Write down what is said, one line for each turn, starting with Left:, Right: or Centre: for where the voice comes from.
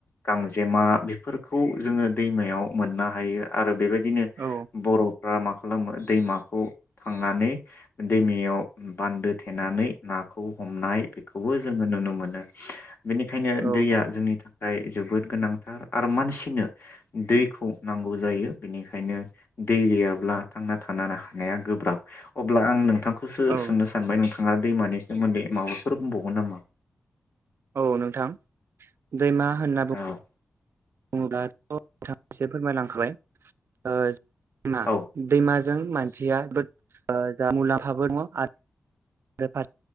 Left: गांजेमा बेफोर खौ जोङो दैमायाव मोननो हायो आरो बेबायदि दिनो
Right: औ
Left: बर' फोरा मा खालामो दैमाखौ थांनानै दैमायाव बान्दो थेनानै ना खौ हमनाय बेखौबो जोङो नुनो मोनो। बेनिखायनो
Right: औ
Left: दैया जोंनि था खाय जोबोद गोनांथार आ रो मानसिनो दैखौ नांगौ जायो बेनिखायनो दै गैयाब्ला थांना थानो हानाया गोब्राब। अब्ला आं नोंथां खौसो
Right: औ
Left: सोंनो सानबाय नोंथां। आरो दैमानि सोमोन्दै माबाफोर बुंबावगोन नामा?
Right: औ नोंथां। दैमा होनना
Left: औ
Right: बुं बुङोब्लाथ' बिथां एसे फोरमायलांखाबाय ओ <unintelligible> दैमा
Left: औ
Right: दैमाजों मानसिया ओ जा मुलाम्फाबो <unintelligible> बेफार